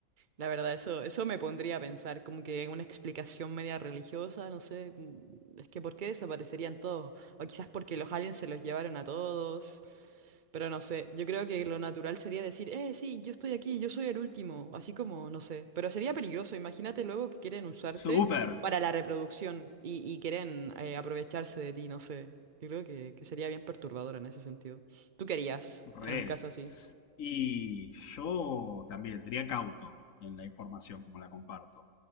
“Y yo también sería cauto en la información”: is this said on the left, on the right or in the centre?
Left